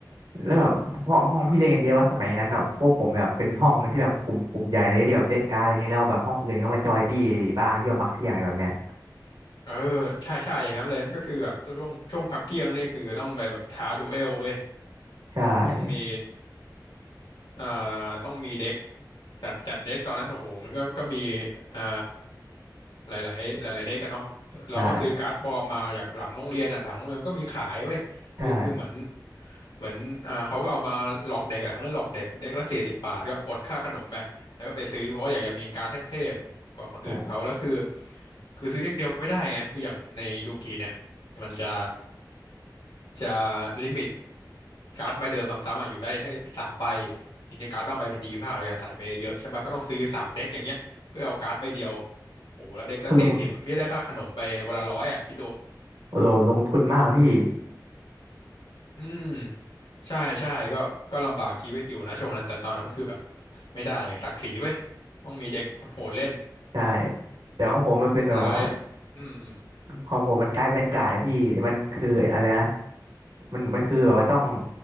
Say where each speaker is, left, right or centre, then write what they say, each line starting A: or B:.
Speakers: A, on the right; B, on the left.
A: แล้วแบบห้องห้องพี่เล่นกันเยอะว่าสมัยนั้นเนาะพวกผมแบบเป็นห้องที่แบบกลุ่มกลุ่มใหญ่เลยที่แบบเล่นการ์ดอะไรเงี้ยแล้วแบบห้องอื่นเขามาจอยตี้บ้างช่วงพักเที่ยงอะไรแบบเนี้ย
B: เออใช่ใช่อย่างนั้นเลยก็คือแบบช่วงช่วงพักเที่ยงนี่คือต้องไปแบบท้าดูเอลเว้ย
A: ใช่
B: ต้องมีเอ่อต้องมีเด็กจัดจัดเด็กตอนนั้นโอ้โหมันก็ก็มีเอ่อ หลายๆหลายๆเด็กกันเนาะเราก็ซื้อการ์ดปลอมมาจากหลังโรงเรียนอ่ะหลังโรงเรียนก็มีขายเว้ยคือคือเหมือน
A: ใช่ใช่
B: เหมือนอ่าเขาก็เอามาหลอกเด็กอะไรของเล่นหลอกเด็กเด็กละสี่สิบบาทก็อดค่าขนมไปแล้วก็ไปซื้อเพราะว่าอยากจะมีการ์ดเทพๆกว่าคนอื่นเขาแล้วคือ
A: ใช่
B: คือซื้อเด็กเดียวไม่ได้ไงคืออย่างในยูกิเนี่ยมันจะจะลิมิต การ์ดใบเดิมซ้ำๆอ่ะอยู่ได้แค่สามใบทีนี้การ์ดบางใบมันดีมากเราอยากใส่ไปเยอะๆใช่ป่ะก็ต้องซื้อสามเด็กอย่างเงี้ยเพื่อเอาการ์ดใบเดียวโหแล้วเด็กละสี่สิบอ่ะพี่ได้ค่าขนมไปวันละร้อยอ่ะคิดดู
A: ลงโอ้โหลงทุนมากพี่
B: อืมใช่ใช่ก็ก็ลำบากชีวิตอยู่นะช่วงนั้นแต่ตอนนั้นคือแบบไม่ได้ไงศักดิ์ศรีเว้ยต้องมีเด็กโหดๆเล่น
A: ใช่แต่ของผมมันเป็นแบบว่า
B: สุดท้ายอืมอืม
A: ของผมมันกลายเป็นกลายพี่มันคืออะไรนะมันมันคือแบบว่าต้อง